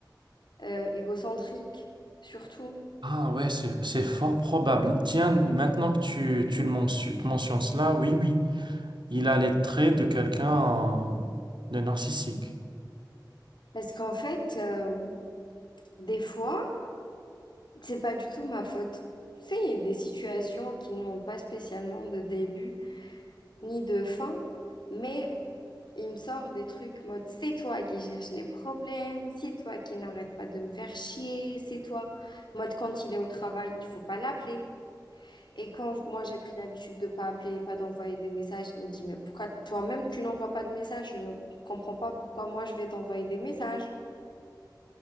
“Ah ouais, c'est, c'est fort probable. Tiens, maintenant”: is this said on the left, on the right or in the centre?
Right